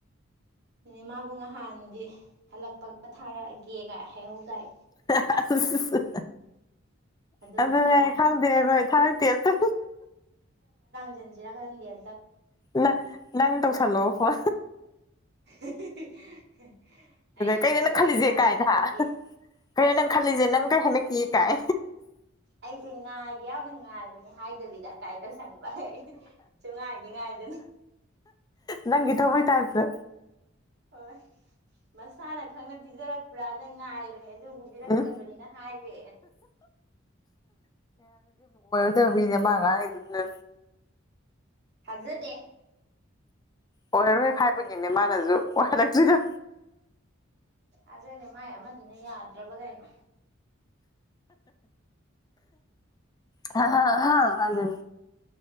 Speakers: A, on the right; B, on the left.
A: ꯑꯗꯨ ꯃꯥꯕꯨ ꯅꯍꯥꯟꯗꯤ ꯍꯜꯂꯛꯄꯒ ꯊꯥꯔꯛꯑꯒꯦꯒꯥꯏ ꯍꯍꯧꯗꯥꯏ
B: <unintelligible>
A: ꯑꯗꯨ
B: ꯑꯗꯨꯅꯦ
A: ꯀꯔꯥꯏ
B: ꯈꯪꯗꯦ ꯑꯩꯈꯣꯏ ꯊꯥꯔꯛꯇꯦ ꯑꯇ
A: ꯖꯟꯖꯤꯔ ꯈꯪꯗ
B: ꯅ ꯅꯪ ꯇꯧꯁꯂꯣ ꯐ
A: <unintelligible> ꯑꯩꯅ
B: ꯀꯩꯅꯣ
A: ꯏꯁꯧ
B: ꯅꯪ ꯈꯜꯂꯤꯁꯦ
A: ꯈꯔ ꯂꯥꯡꯖꯜꯂꯗꯤ
B: ꯀꯥꯏꯅꯍ ꯀꯩꯅꯣ ꯅꯪ ꯈꯜꯂꯤꯁꯦ ꯅꯪ ꯍꯦꯅ ꯀ ꯌꯦ ꯇꯥꯏ
A: ꯑꯥꯏꯗꯤ ꯏ ꯉ ꯍꯥꯏꯦ ꯌꯎꯅ ꯉ ꯍꯥꯏꯦ ꯑꯗꯨꯅꯤ ꯍꯥꯏꯗꯕꯤꯗ ꯀꯀꯥꯏ ꯇꯧꯁꯟꯕ ꯁꯨꯡ ꯉꯥꯏꯗꯤ ꯉꯥꯏꯗꯅ
B: ꯅꯪꯒꯤꯤ ꯊꯧꯕꯣꯏ ꯊꯁ
A: ꯍꯣꯏ ꯃꯁꯥꯅ ꯈꯪꯅꯕ ꯄꯤꯖꯔꯛꯄ꯭ꯔꯥ ꯅꯪ ꯉꯥꯏꯕꯅꯦ ꯑꯗꯨꯕꯨꯕꯤꯔꯛꯇ꯭ꯔꯕꯅꯤꯅ
B: ꯎꯝ
A: ꯍꯥꯏꯔꯦ
B: ꯏꯗꯅ ꯃꯥ ꯀꯅꯤꯗꯨꯅ
A: ꯊꯖꯗꯦ
B: ꯑꯣꯏꯔꯔꯣꯏ ꯈꯥꯏꯕꯒꯤꯅꯦ ꯃꯥꯅꯁꯨ ꯑꯣꯏꯍꯜꯂꯛꯇ꯭ꯣꯏꯗ
A: ꯑꯗꯨꯖꯗꯤ ꯃꯥꯏ ꯑꯃꯗꯨꯅ ꯌꯥꯗ꯭ꯔꯕꯒꯩꯣ
B: ꯍ ꯍꯥꯏꯖꯦ